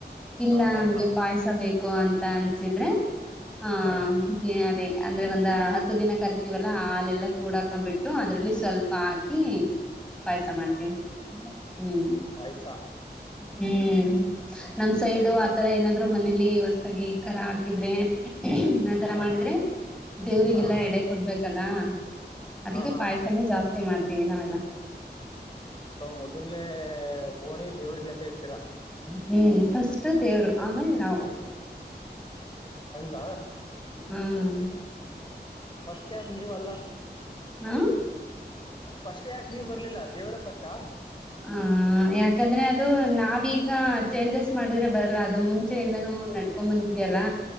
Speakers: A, in the centre; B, on the left (about 25°).
A: ಇಲ್ಲ
B: ಹಾಂ ಹಾಂ
A: ನಮ್ಗೆ
B: ಹಾಂ
A: ಪಾಯಸ ಬೇಕು ಅಂತ ಅನ್ಸಿದ್ರೆ ಹಾ
B: ಹಾಂ
A: ಅದೇ ಅಂದ್ರೆ ಒಂದ ಹತ್ತು ದಿನ ಕರಿತೀವಲ್ಲಾ ಹಾಲೆಲ್ಲ ಕೂಡಾಕೊಂಡ್ಬಿಟ್ಟು ಅದ್ರಲ್ಲಿ ಸ್ವಲ್ಪ ಹಾಕಿ ಪಾಯಸ ಮಾಡ್ತೀವಿ ಹ್ಮ್
B: ಪಾಯ್ಸ
A: ಹ್ಮ್ ನಮ್ ಸೈಡು ಆತರ ಏನಾದ್ರು ಮನೇಲಿ ಹೊಸತಾಗಿ ಖರ ಹಾಕಿದ್ರೆ ಆತರ
B: ಹಾಂ
A: ಮಾಡಿದ್ರೆ ದೇವ್ರಿಗೆಲ್ಲಾ
B: ಹಾಂ
A: ಎಡೆ ಕೊಡ್ಬೇಕಲ್ಲ ಅದಕ್ಕೆ
B: ಹಾಂ ಹಾಂ
A: ಪಾಯ್ಸನೇ
B: ಹಾಂ
A: ಜಾಸ್ತಿ ಮಾಡ್ತೀವಿ ನಾವೆಲ್ಲ
B: ಓ ಮೊದಲ್ನೇ ಬೋಣಿ ದೇವ್ರಿಗೆ ಅಂತ ಹೇತಿ
A: ಹ್ಮ್ ಫಸ್ಟ್ ದೇವರು ಆಮೇಲ್ ನಾವು
B: ಹಂಗ
A: ಹ್ಮ್
B: ಫಸ್ಟ್ ನೀವಲ್ಲ
A: ಹಾ
B: ಫಸ್ಟ್ ಯಾಕೆ ನೀವ್ ಬರ್ಲಿಲ್ಲ ದೇವರ ಫಸ್ಹ
A: ಹ್ಮ್ ಯಾಕಂದ್ರೆ ಅದು ನಾವೀಗ ಚೇಂಜಸ್ ಮಾಡಿದ್ರೆ ಬರಲ್ಲ ಅದು ಮುಂಚೆಯಿಂದನೂ ನಡ್ಕೊಂಡ್ ಬಂದಿದೇ ಲ್ಲ